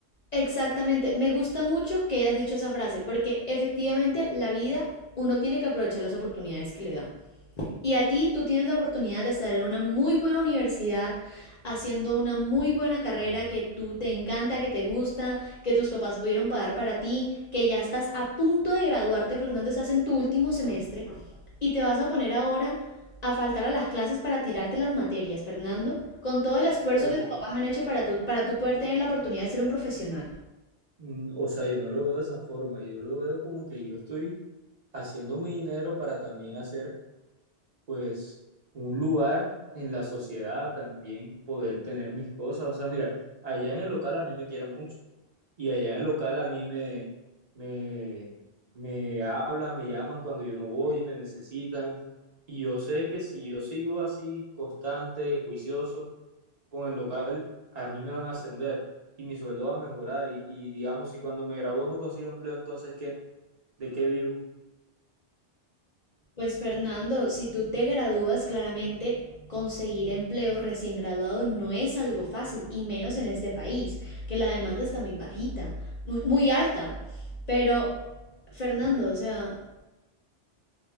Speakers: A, on the left; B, on the right.
A: Exactamente, me gusta mucho que hayas dicho esa frase, porque efectivamente la vida, uno tiene que aprovechar las oportunidades que le da. Y a ti tú tienes la oportunidad de estar en una muy buena universidad, haciendo una muy buena carrera que tú te encanta, que te gusta, que tus papás pudieron pagar para ti, que ya estás a punto de graduarte, Fernando, estás en tu último semestre y te vas a poner ahora a faltar a las clases para tirarte las materias, Fernando, con todo el esfuerzo
B: Pero,
A: que tus papás han hecho para tú, para tú poder tener la oportunidad de ser un profesional.
B: mm, o sea, yo no lo veo de esa forma. Yo lo veo como que yo estoy haciendo mi dinero para también hacer pues un lugar en la sociedad también, poder tener mis cosas. O sea, mira, allá en el local a mí me quieren mucho y allá en el local a mí me, me, me hablan, me llaman cuando yo no voy, me necesitan. Y yo sé que si yo sigo así, constante, juicioso, con el local, a mí me van a ascender y mi sueldo va a mejorar. Y, y digamos, si cuando me gradúo no consigo empleo, entonces, ¿qué? ¿De qué vivo?
A: Pues Fernando, si tú te gradúas, claramente conseguir empleo recién graduado no es algo fácil, y menos en este país, que la demanda está muy bajita, muy, muy alta. Pero, Fernando, o sea,